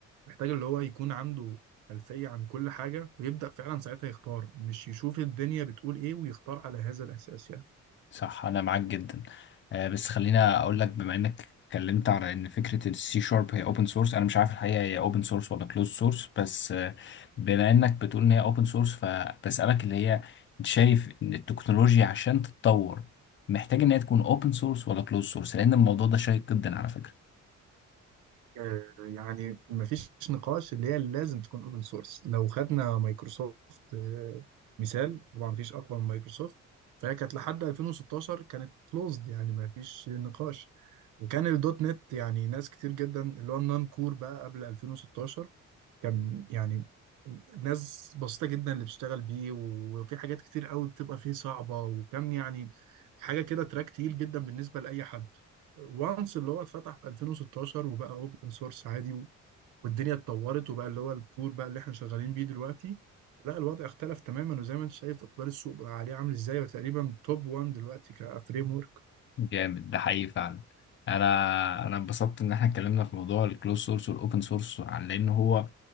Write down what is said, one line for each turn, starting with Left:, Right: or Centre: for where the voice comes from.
Right: محتاج اللي هو يكون عنده خلفيه عن كل حاجه ويبدا فعلا ساعتها يختار مش يشوف الدنيا بتقول ايه ويختار على هذا الاساس يعني
Left: صح انا معاك جدا آه، بس خلينا اقول لك بما انك اتكلمت على ان فكره السي شارب هي اوبن سورس انا مش عارف الحقيقه هي اوبن سورس ولا كلوز سورس بس آه، بما انك بتقول ان هي اوبن سورس فبسالك اللي هي انت شايف ان التكنولوجيا عشان تتطور محتاج ان هي تكون اوبن سورس ولا كلوز سورس لان الموضوع ده شيق جدا على فكره
Right: آه، يعني مفيش نقاش اللي هي لازم تكون اوبن سورس لو خدنا مايكروسوفت آه، مثال طبعا مفيش اقوى من مايكروسوفت فهي كانت لحد 2016 كانت كلوزد يعني مفيش نقاش وكان الدوت نت يعني ناس كتير جدا اللي هو النون كور بقى قبل 2016 كان يعني ناس بسيطة جدا اللي بتشتغل بيه وفي حاجات كتير قوي بتبقى فيه صعبة وكان يعني حاجة كده تراك تقيل جدا بالنسبة لأي حد وانس اللي هو اتفتح في 2016 وبقى اوبن سورس عادي و- والدنيا اتطورت وبقى اللي هو الكور بقى اللي احنا شغالين بيه دلوقتي لا الوضع اختلف تماما وزي ما انت شايف اقبال السوق بقى عليه عامل ازاي وتقريبا توب 1 دلوقتي كفريم ورك
Left: جامد ده حقيقي فعلا انا انا انبسطت ان احنا اتكلمنا في موضوع الكلوز سورس والاوبن سورس لان هو